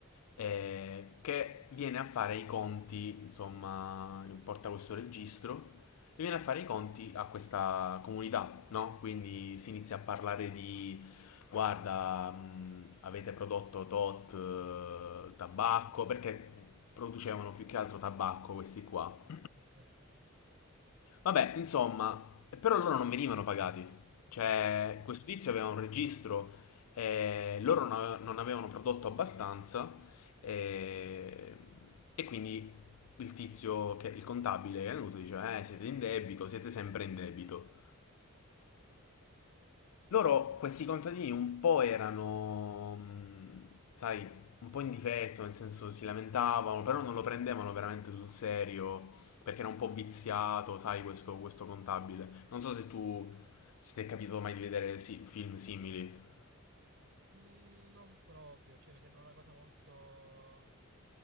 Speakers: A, on the left; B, on the right.
A: eh, che viene a fare i conti, insomma, porta questo registro e viene a fare i conti a questa comunità, no? Quindi si inizia a parlare di, guarda, mh, avete prodotto tot eh, tabacco, perché producevano più che altro tabacco questi qua.
B: ok, ho capito.
A: Vabbè, insomma, però loro non venivano pagati. Cioè,
B: Mm.
A: questo tizio aveva un registro, eh, loro non ave- non avevano prodotto abbastanza eh, e quindi il tizio, che, il contabile che è venuto, diceva, eh, siete in debito, siete sempre in debito. Loro, questi contadini, un po' erano, mh, sai, un po' in difetto, nel senso si lamentavano, però non lo prendevano veramente sul serio, perché era un po' viziato, sai, questo, questo contabile. Non so se tu, se ti è capitato mai di vedere si- film simili.
B: Mm, non proprio, cioè mi sembra una cosa molto